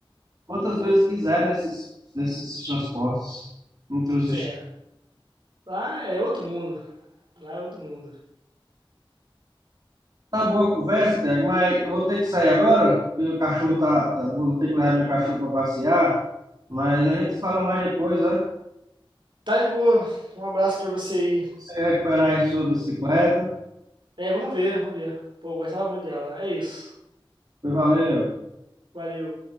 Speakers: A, on the right; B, on the right.
A: quantas vezes quiser nesses, nesses transportes entre os
B: É, lá é outro mundo, lá é outro mundo.
A: Tá boa a conversa, Tiago, mas eu vou ter que sair agora, porque o cachorro tá, tá- Vou ter que levar meu cachorro para passear, mas a gente fala mais depois, né?
B: Tá de boa. Um abraço pra você aí.
A: Você recuperar aí sua bicicleta.
B: É, vamos ver, vamos ver. Pô, eu gostava muito dela. É isso.
A: Valeu.
B: Valeu.